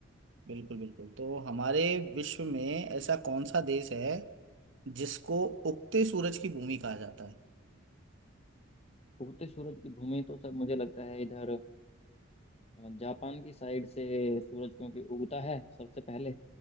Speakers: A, on the right; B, on the left.
A: बिल्कुल बिल्कुल तो हमारे विश्व में ऐसा कौन सा देश है जिसको उगते सूरज की भूमि कहा जाता है
B: उगते सूरज की भूमि तो सर मुझे लगता है इधर अ, जापान की साइड से सूरज क्योंकि उगता है सबसे पहले